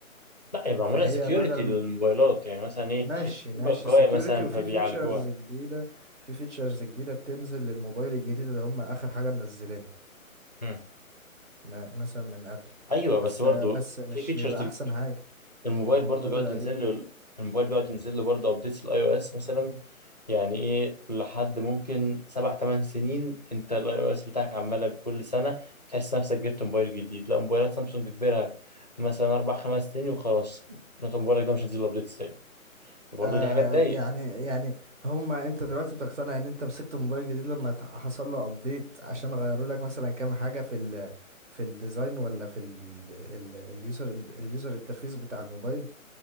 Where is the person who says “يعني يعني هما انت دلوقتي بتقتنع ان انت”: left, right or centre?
Right